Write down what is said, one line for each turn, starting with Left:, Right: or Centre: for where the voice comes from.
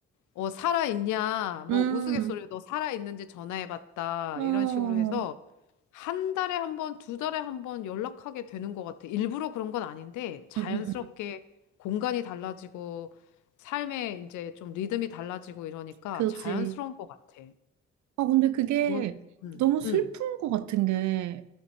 Left: 어, 살아있냐,
Right: 음,
Left: 뭐 우스갯소리로 살아있는지 전화해봤다,
Right: 어,
Left: 이런 식으로 해서, 한 달에 한 번, 두 달에 한 번 연락하게 되는 것 같아. 일부러 그런 건 아닌데, 자연스럽게
Right: 음, 음, 음.
Left: 공간이 달라지고, 삶의 이제 좀 리듬이 달라지고 이러니까
Right: 그지.
Left: 자연스러운 것 같아.
Right: 아, 근데 그게
Left: 넌, 응,
Right: 너무 슬픈
Left: 응,
Right: 것 같은 게,